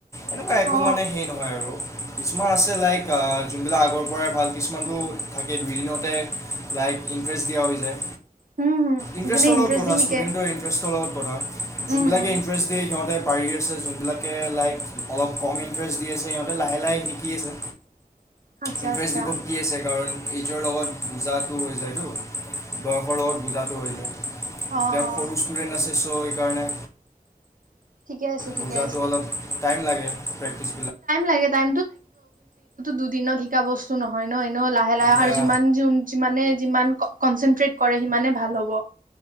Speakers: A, on the left (about 20°); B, on the right (about 65°).
A: এনেকুৱা একো
B: অ
A: মানে সেই নহয় আৰু কিছুমান আছে লাইক আহ যোনবিলাক আগৰ পৰাই ভাল। কিছুমানটো থাকে দুইদিনতে লাইক ইণ্টাৰেষ্ট দিয়া হৈ যায়।
B: উম হম
A: ইণ্টাৰেষ্ট
B: যোনে ইন্টাৰেষ্ট
A: লগ কথা
B: দি শিকে
A: ষ্টুডেন্টৰ ইণ্টাৰেষ্টৰ লগত কথা যোনবিলাকে
B: উম উম
A: ইণ্টাৰেষ্ট দিয়ে সিহঁতে। পাৰি আছে যোনবিলাকে লাইক। অলপ কম ইণ্টাৰেষ্ট দি আছে সিহঁতে লাহে লাহে শিকি আছে।
B: আচ্ছা
A: ইণ্টাৰেষ্ট
B: আচ্ছা
A: দিব কি আছে কাৰণ। এইজৰ লগত বুজাটো হৈ যায়তো বয়সৰ লগত বুজাটো হৈ যায়।
B: অ
A: তেওঁ
B: অ
A: সৰু ষ্টুডেন্ট আছে চ। সেইকাৰণে।
B: ঠিকে আছে ঠিকে
A: বুজাতো অলপ টাইম লাগে প্ৰেক্টিচ।
B: লিয়া দুিনত শিক বস্তু নহয় ননেে লি
A: ইয়া
B: যিমান কনচেনট্ৰট কৰে সিমানে ভাল হ'ব।